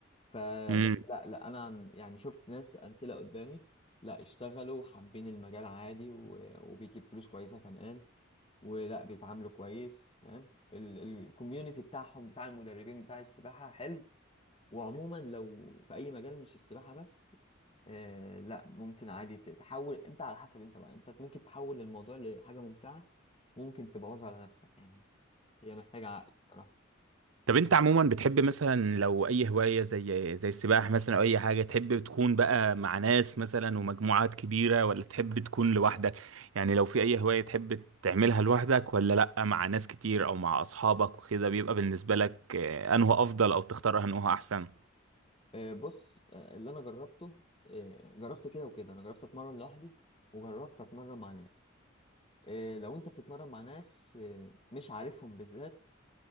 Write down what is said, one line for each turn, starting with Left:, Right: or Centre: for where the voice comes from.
Left: فبس
Right: امم
Left: لا لا انا عن يعني شفت ناس امثله قدامي لا اشتغلوا حابين المجال عادي و- وبيجيب فلوس كويسه كمان ولا بيتعاملوا كويس فاهم الكوميونتي بتاعهم بتاع المدربين بتاع السباحه حلو وعموما لو في اي مجال مش السباحه بس آه لا ممكن عادي ت- تحول انت على حسب انت بقى انت ممكن تحول الموضوع لحاجه ممتعه ممكن تبوظها على نفسك يعني هي محتاجه عقل صراحه.
Right: طب انت عموما بتحب مثلا لو اي هواية زي زي السباحة مثلا او اي حاجة تحب تكون بقى مع ناس مثلا ومجموعات كبيرة ولا تحب تكون لوحدك يعني لو في اي هواية تحب تعملها لوحدك ولا لا مع ناس كتير او مع اصحابك وكده بيبقى بالنسبة لك آه، انه افضل او تختار انه احسن
Left: آه، بص آه، اللي انا جربته آه، جربت كده وكده انا جربت اتمرن لوحدي وجربت اتمرن مع ناس آه، لو انت بتتمرن مع ناس آه، مش عارفهم بالذات